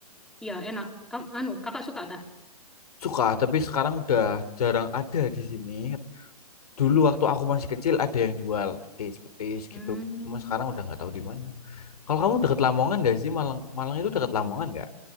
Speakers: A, in the centre; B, on the left.
A: Iya, enak. Kamu, anu, kakak suka tak?
B: Suka, tapi sekarang udah jarang ada di sini. Dulu waktu aku masih kecil ada yang jual petis-petis gitu.
A: Hmm,
B: Cuma sekarang udah nggak tahu di mana. Kalau kamu deket Lamongan gak sih? Malang Malang itu deket Lamongan nggak?